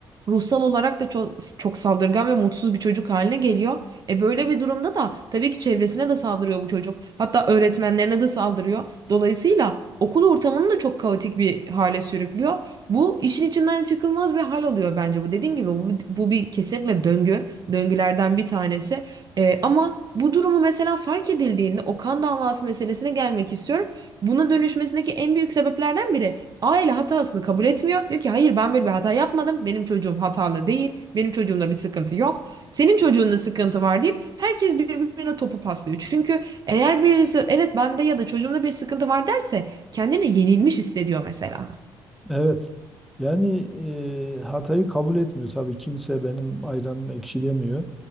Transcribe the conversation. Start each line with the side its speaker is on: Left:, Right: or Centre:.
Right: ruhsal olarak da çok, çok saldırgan ve mutsuz bir çocuk haline geliyor. E böyle bir durumda da tabii ki çevresine de saldırıyor bu çocuk. Hatta öğretmenlerine de saldırıyor. Dolayısıyla okul ortamını da çok kaotik bir hale sürüklüyor. Bu işin içinden çıkılmaz bir hal alıyor bence bu. Dediğim gibi bu, bu bir kesinlikle döngü. Döngülerden bir tanesi. E, ama bu durumu mesela fark edildiğinde o kan davası meselesine gelmek istiyorum. Buna dönüşmesindeki en büyük sebeplerden biri Aile hatasını kabul etmiyor. Diyor ki hayır ben böyle bir hata yapmadım. Benim çocuğum hatalı değil. Benim çocuğumda bir sıkıntı yok. Senin çocuğunda sıkıntı var deyip herkes birbirine topu paslıyor. Çünkü eğer birisi evet bende ya da çocuğumda bir sıkıntı var derse kendini yenilmiş hissediyor mesela.
Centre: Evet. Yani eee, hatayı kabul etmiyor. Tabii kimse benim ayranım ekşi demiyor.